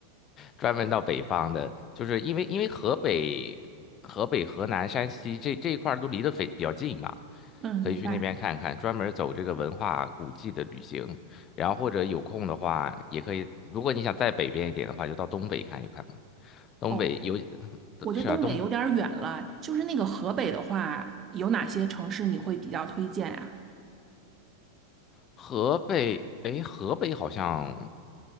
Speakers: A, on the left (about 30°); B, on the right (about 25°).
A: 专门到北方的，就是因为因为河北、河北、河南、山西这这一块儿都离得非比较近嘛，
B: 嗯，
A: 可以去那边看看，
B: 明白。
A: 专门走这个文化古迹的旅行。然后或者有空的话，也可以，如果你想再北边一点的话，就到东北看一看嘛。东北有，
B: 哦，我觉得东北有点儿远了，
A: 是啊，东
B: 就是那个河北的话，有哪些城市你会比较推荐啊？
A: 河北，哎，河北好像。